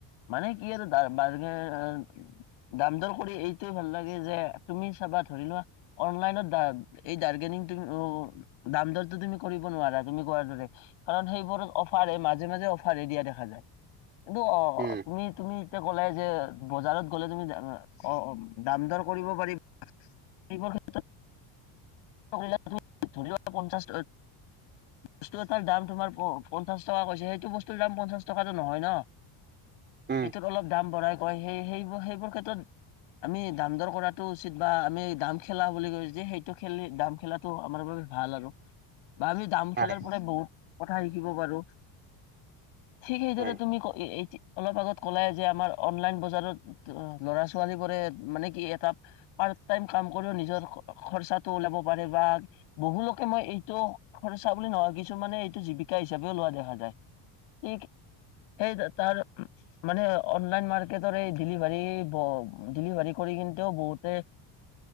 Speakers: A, on the left (about 75°); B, on the right (about 20°).
A: মানে কি আৰু দা <inaudible> দাম দৰ কৰি এইটোয়ে ভাল লাগে যে তুমি চাবা ধৰি লোৱা অনলাইনত ডাদ এই দাৰ্গেনি কিন্তু বান্দৰতো তুমি কৰিব নোৱাৰা, তুমি কোৱাৰ দৰে কাৰণ সেইবোৰ অফাৰ হেই মাজ মাজে মাজে অফাৰে দিয়া দেখা যায় কিন্তু অ'
B: উম
A: তুমি তুমি তে কলাই যে বজাৰত গ'লে তুমি অ' দাম দৰ কৰিব পাৰি সেইবোৰ ক্ষেত্ৰত ধৰি লোৱা, ধৰি লোৱা পঞ্চাশ বস্তু এটাৰ দাম তোমাৰ পঞ্চাশ টকা কৈছে, সেইটো বস্তুৰ দাম পঞ্চাশ টকাটো নহয় ন'।
B: উম
A: এইটোত অলপ দাম বঢ়াই কয় সেই-সেইবোৰ সেইবোৰ ক্ষেত্ৰত আমি দাম দৰ কৰাটো উচিত বা আমি দাম খেলা বুলি কয় যে সেইটো খেলি দাম খেলাটো আমাৰ ভাল আৰু। বা আমি দাম
B: হয়
A: খেলাৰপৰাই বহুত কথা শিকিব পাৰোঁ। ঠিক হেইদৰে
B: হয়
A: তুমি এই অলপ আগত ক'লাইযে আমাৰ অনলাইন বজাৰত ল'ৰা ছোৱালীবোৰে মানে কি এটা পাত পাৰ্ট টাইম কাম কৰিও নিজৰ খৰচাটো ওলাব পাৰে বা বহুলোকে মই এইটো খৰচা খৰচা বুলি নহয় কিছুানে এইটো জীৱিকা হিচাপেও লোৱা দেখা যায়। কি সেই তাৰ মানে অনলাইন মাৰ্কেটৰ এই ডেলিভাৰী ব ডেলিভাৰী কৰি কিন্তও বহুতে